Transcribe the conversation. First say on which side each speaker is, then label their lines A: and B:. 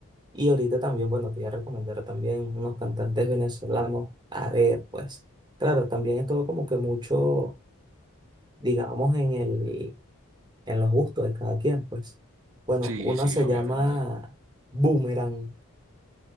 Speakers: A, on the right; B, on the right.
A: Y ahorita también, bueno, te voy a recomendar también unos cantantes venezolanos. A ver, pues, claro, también es todo como que mucho, digamos, en el, en los gustos de cada quien, pues. Bueno,
B: Sí,
A: una
B: sí,
A: se
B: obviamente.
A: llama Boomerang